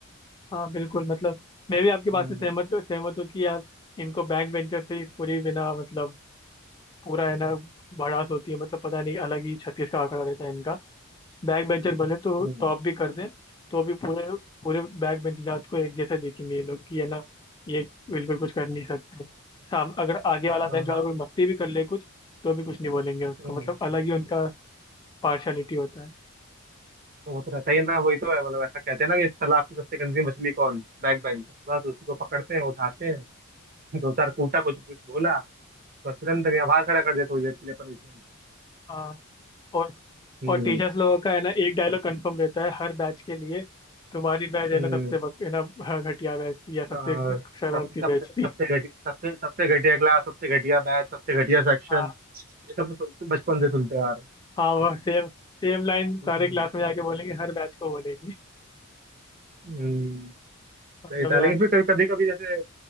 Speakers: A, on the left (about 20°); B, on the right (about 40°).
A: हाँ बिल्कुल मतलब मैं भी आपकी बात
B: हम्म
A: से सहमत सहमत हूँ कि यार इनको बैक वेंचर से ही पूरी बिना मतलब पूरा है ना भड़ास होती है मतलब पता नहीं अलग ही छत्तीस का आंकड़ा रहता है इनका बैक बेंचर भले तो
B: हम्म,
A: टॉप भी कर दें तो भी पूरे पूरे बैक बेंच जात को एक जैसा देखेंगे ये लोग कि है ना ये बिल्कुल कुछ कर नहीं सकते साम अगर आगे वाला बेंच
B: हाँ,
A: वाला कोई मस्ती भी कर ले कुछ तो भी कुछ नहीं बोलेंगे उसको
B: हम्म,
A: मतलब अलग ही उनका पार्शलिटी होता है
B: तो वो तो रहता ही है ना वही तो है मतलब ऐसा कहते हैं ना कि इस तालाब की सबसे गंदी मछली कौन बैक बेंचर बस उसी को पकड़ते हैं उठाते हैं दो चार कूटा कुछ कुछ बोला बस तुरंत यहाँ बाहर खड़ा कर देते हो जेल के लिए पनिशमेंट
A: हाँ और
B: हम्म।
A: और टीचर्स लोगों का है ना एक डायलॉग कंफर्म रहता है हर बैच के लिए तुम्हारी बैच है
B: हम्म
A: ना सबसे बक- है ना हाँ, घटिया बैच थी या
B: अ,
A: सबसे शरारती
B: सबसे सबसे
A: बैच
B: सबसे
A: थी
B: घटिया सबसे सबसे घटिया क्लास सबसे घटिया बैच सबसे घटिया सेक्शन
A: हाँ
B: ये सब तो बचपन से सुनते आ रहे हैं।
A: हाँ वो सेम सेम लाइन
B: हम्म,
A: सारे
B: हम्म,
A: क्लास में जाके बोलेंगे हर बैच को बोलेंगे
B: हम्म,
A: मतलब
B: सही था
A: यार
B: लेकिन फिर कभी कभी जैसे